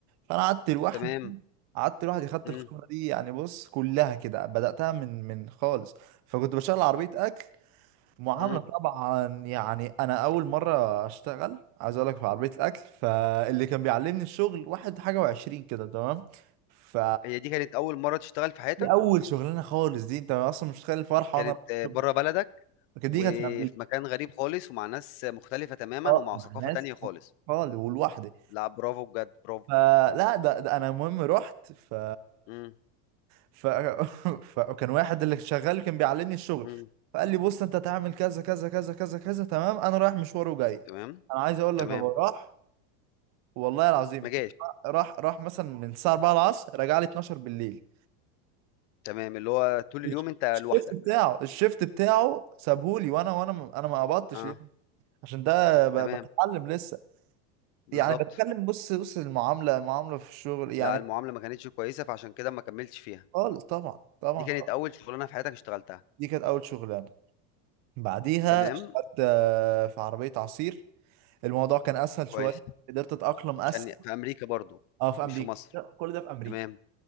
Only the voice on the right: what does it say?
فانا قعدت لوحدي
قعدت لوحدي خدت
الخبره دي يعني بص كلها كده بداتها من من خالص فكنت بشتغل عربيه اكل معامله
طبعا يعني انا اول مره اشتغل عايز اقول لك في عربيه الاكل فاللي كان بيعلمني الشغل واحد حاجه وعشرين كده تمام ف
دي اول شغلانه خالص دي انت اصلا مش متخيل الفرحه
وانا رايح الشغل.
لكن
دي كانت في امريكا
اه
مع
ناس
خالص ولوحدي
فلا ده, ده انا المهم رحت ف
ف <laughs> فكان واحد اللي شغال كان بيعلمني الشغل
فقال لي بص انت هتعمل كذا كذا كذا كذا كذا تمام انا رايح مشوار وجاي
انا عايز اقول لك
هو راح والله العظيم
ك- راح راح مثلا من الساعه 4 العصر رجع لي 12 بالليل
الش-
الشيفت
بتاعه الشيفت بتاعه سابهولي وانا وانا م- انا ما قبضتش
ليه؟ عشان ده ب-
بتعلم لسه
يعني بتكلم بص بص المعامله المعامله في الشغل يعني
خالص طبعا طبعا
دي كانت اول شغلانه بعديها
اشتغلت آه، في عربيه عصير الموضوع كان اسهل شويه
قدرت اتاقلم اسرع
اه في
امريكا
لا، كل ده في امريكا